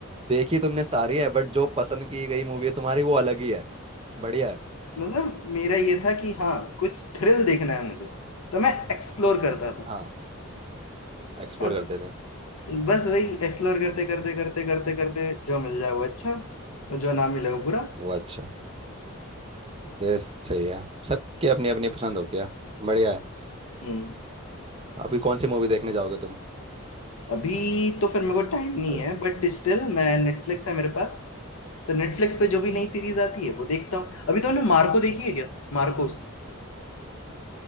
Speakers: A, on the right; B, on the left.
A: देखी तुमने सारी है बट जो पसंद की गई मूवी है तुम्हारी वो अलग ही है बढ़िया है
B: मतलब मेरा ये था कि हाँ कुछ थ्रिल देखना है मुझे तो मैं एक्सप्लोर करता था
A: हाँ एक्सप्लोर
B: अब
A: करते थे
B: बस वही एक्सप्लोर करते करते करते करते करते जो मिल जाए वो अच्छा और जो ना मिले वो बुरा
A: वो अच्छा ये सही है सबकी अपनी अपनी पसंद होती है बढ़िया है
B: हम्म
A: अभी कौन सी मूवी देखने जाओगे तुम
B: अभी तो फिर मेरे को टाइम नहीं
A: अरे
B: है बट स्टिल मैं नेटफ्लिक्स है मेरे पास तो नेटफ्लिक्स पे जो भी नई सीरीज आती है वो देखता हूँ अभी तो हमने मार्को देखी है क्या मार्कोस